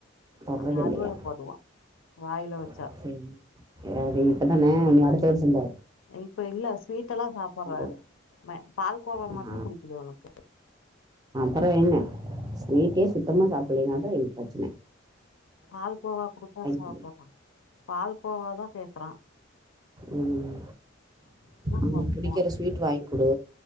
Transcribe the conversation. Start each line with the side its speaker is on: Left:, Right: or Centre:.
Right: தர்ரதில்லயா
Left: அவ அருவருப்படுவா வாயில
Right: <inaudible>
Left: வச்சா
Right: அது இப்பதான அடுத்த வர்ஸ் சா <unintelligible>
Left: இப்ப இல்ல ஸ்வீட்டல்லாம் சாப்பட்றாரு
Right: வேணா
Left: ம பால் கோவா
Right: அ
Left: மட்டும் புடிக்குது அவனுக்கு
Right: பறொம் என்ன ஸ்வீட்டே
Left: ம்
Right: சுத்தமா சாப் இல்லைனா தான் இங் ப்ரச்ன
Left: பால் கோவா குத்தா சாப்புட்றான்
Right: குடு
Left: பால் கோவாதான் கேக்குறான்
Right: உம் அவ்னுக்
Left: சாப்ட்டுக்குவா
Right: புடிக்கிற ஸ்வீட் வாங்குடு